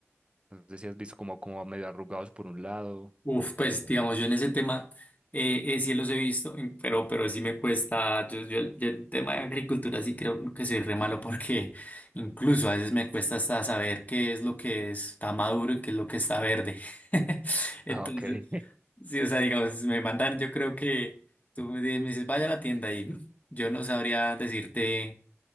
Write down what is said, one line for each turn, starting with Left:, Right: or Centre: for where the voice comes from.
Right: Entonces, si has visto como, como medio arrugados por un lado,
Left: Uf,
Right: o como...
Left: pues digamos, yo en ese tema eh, eh, sí los he visto, en- pero, pero sí me cuesta, yo, yo, yo el tema de agricultura sí creo que soy re malo porque incluso a veces me cuesta hasta saber qué es lo que está maduro y qué es lo que está verde. <laughs> Entonces,
Right: Ah, ok. <laughs>
Left: sí, o sea, digamos, me mandan, yo creo que tú me di- me dices, vaya a la tienda y yo no sabría decirte